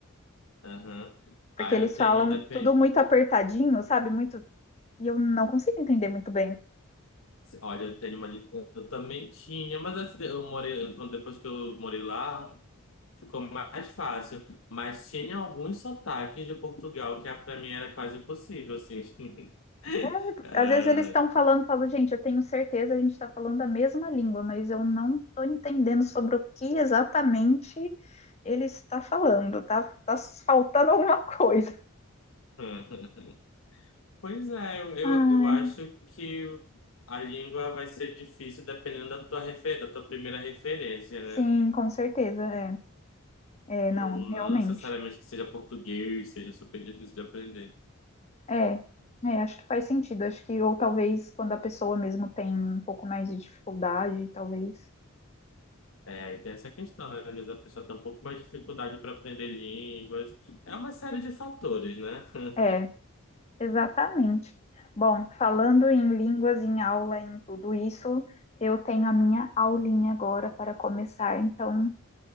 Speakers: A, on the left; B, on the left.
A: Aham.
B: porque
A: Aí
B: eles
A: eu tenho
B: falam
A: depende.
B: tudo muito apertadinho, sabe? Muito, e eu não consigo entender muito bem.
A: Olha, eu tenho uma. dif- Eu também tinha, mas assim, eu morei. quando- Depois que eu morei lá, ficou mais fácil. Mas tinha alguns sotaques de Portugal que ah, pra mim era quase impossível, assim. <laughs>
B: É,
A: Ah,
B: às vezes eles estão falando, falo, gente, eu tenho certeza a gente está falando a mesma língua, mas eu não estou entendendo sobre o que exatamente ele está falando, tá, tá faltando alguma coisa.
A: <laughs> Pois é, eu, eu,
B: Ah,
A: eu acho que a língua vai ser difícil dependendo da tua, refer, da tua primeira referência, né?
B: sim, com certeza, é. É,
A: Não,
B: não, realmente.
A: não necessariamente que seja português, seja super difícil de aprender.
B: É, é, acho que faz sentido. Acho que, ou talvez quando a pessoa mesmo tem um pouco mais de dificuldade, talvez.
A: É, tem essa questão, né? Às vezes a pessoa tem um pouco mais de dificuldade para aprender línguas. É uma série de fatores, né? <laughs>
B: É, é, exatamente. Bom, falando em línguas, em aula, em tudo isso, eu tenho a minha aulinha agora para começar, então